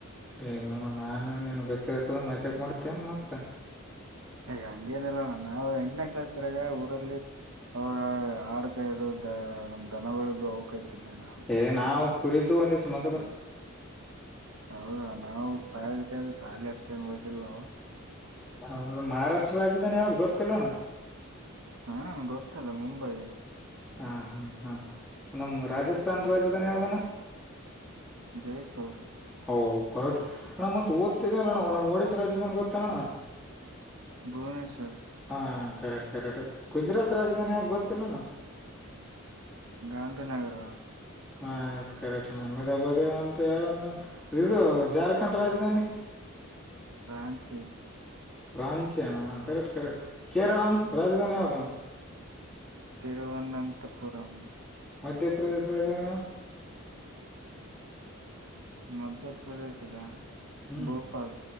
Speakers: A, in the centre; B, on the right (about 80°).
A: ಇಲ್ಲಣ ನಾನನ್ ನಿನ್ ಗೊತ್ತಿರ್ತದ ಮಜಾಕ್ ಮಾಡ್ತೇನ್ ಮತ
B: ಅಯ ಹಂಗೇನಿಲ್ಲಣ್ಣ ನಾ ಎಂಟನೇ ಕ್ಲಾಸ್ ಇರಾಗ ಊರಲ್ಲಿ ಅವ ನಾಡ್ ಕೈದು ದ ನಮ್ ದನಗಳದ್ದು ಅ ಕಾಯ್ತಿದ್ದೆ ನಾನು
A: ಏ ನಾವ್ ಕುರಿದ್ದು ಒಂದ ಸ ಮತಲ
B: ಹೌದಾ ನಾವು ಕದಕ್ಕೆ್ರೆ ಸಾಲ ಅಷ್ಟೇನ್ ೋದಿಲ್ಲವ
A: ಹ ಮಹಾರಾಷ್ಟ್ರ ರಾಜಧಾನ ಯಾವಾಗ ಗೊತ್ತಿಲ್ಲಣ
B: ಹ ಗೊತ್ತಿಲ್ಲ ಮುಂಬೈ
A: ಹಾ ಹಾ ಹಾ ನಮ್ಮ ರಾಜಸ್ಥಾಾನ ರಾಜಧಾನಿ ಯಾವ್ದಾನ
B: ಜೈಪುರ್
A: ಹೌ ಕರಕ್ ಅಮ್ಮ ತುಓಲ್ಲ ಒಡಿಸಶಾ ರಾಜ್ಯದನ್ ಗೊತ್ತನೋಣ್ಣ
B: ಭುವನೇಶ್ವರ್
A: ಹಾ ಕರೆಕ್ಟ್ ಕರೆಕ್ಟ್ ಗುಜರಾತ್ ರಾಜ್ಯದಾನ ಯಾವ್ದ ಗೊತ್ತಿಲ್ಲ ನ
B: ಗಾಂಧಿನಗರ
A: ಹಾ ಎಕಟ ನಮ್ಮೆದ ಬ ಒ ತ ಯಾರ ಹ ಇದು ಜಾರ್ಖಂಡ್ ರಾಜಧಾನಿ
B: ಫ್ರಾಂಚಿ
A: ರಾಂಚಣ ಕರೆಕ್ಟ್ ಕರೆಕ್ಟ್ ಕೇರಳಂ ರಾಜಧಾನಿ ಯೌದಣ
B: ತಿರುವನಂತಪುರಂ
A: ಮಧ್ಯ ಪ್ರ್ರದೇಶ್ ರಾಜಧಾನ
B: ಮಧ್ಯಪ್ರದೇಶದ
A: ಹ್ಮ್
B: ಭೋಪಲ್